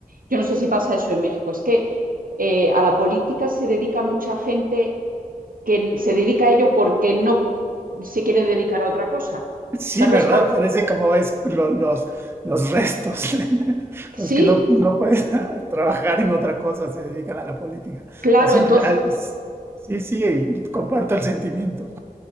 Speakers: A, on the right; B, on the right.
A: yo no sé si pasa eso en México, es que eh, a la política se dedica mucha gente que n- se dedica a ello porque no se quiere dedicar a otra cosa.
B: sí,
A: O sea, no
B: ¿verdad?
A: es por...
B: Parece como ves lo, los, los restos, <laughs>
A: Sí,
B: los que no, no pueden <laughs> trabajar en otra cosa, se dedican a la política.
A: claro,
B: Así,
A: entonces
B: las, sí, sí, y comparto el sentimiento.